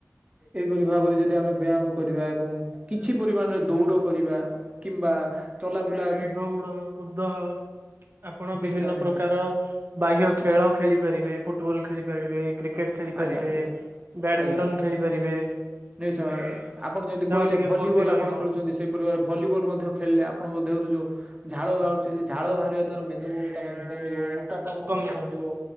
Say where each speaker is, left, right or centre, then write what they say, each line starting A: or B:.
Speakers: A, on the right; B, on the right.
A: ଏଇପରି ଭାବରେ ଯଦି ଆମେ ବ୍ୟାମ କରିବା ଏବଂ କିଛି ପରିମାଣରେ ଦୌଡ଼ କରିବା କିମ୍ବା ଚଲାବୁଲା
B: ଦୌଡ଼ କୁଦ। ଆପଣ ବିଭିନ୍ନ
A: ନିଶ୍ଚୟ ନିଶ୍ଚୟ
B: ପ୍ରକାର ବାହ୍ୟ ଖେଳ ଖେଳିପାରିବେ। ପୁ ଫୁଟବଲ ଖେଳି ପାରିବେ କ୍ରିକେଟ ଖେଳିପାରିବେ
A: ଆଜ୍ଞା ଆଜ୍ଞା
B: ବ୍ୟାଡମିଟନ
A: ଆଜ୍ଞା
B: ଖେଳିପାରିବେ।
A: ନିଶ୍ଚୟ ଆପଣ ଯଦି କହିଲେ
B: ଟିକେ
A: ଭଲିବଲ
B: ଫୁର୍ତ୍ତି ରହିବ
A: ଆପଣ ଖେଳୁଛନ୍ତି ସେଇପରି ଭାବରେ ଭଲିବଲ ମଧ୍ୟ ଖେଳିଲେ ଆପଣଙ୍କ ଦେହରୁ ଯୋଉ ଝାଳ ବାହାରୁଛି ସେ ଝାଳ ବାହାରିବା। ତାର ମେଦ ବହୁଳତା କମିବ ମୋଟା ପଣ ମଧ୍ୟ
B: କମି ଯାଉଛି।
A: କମିବ।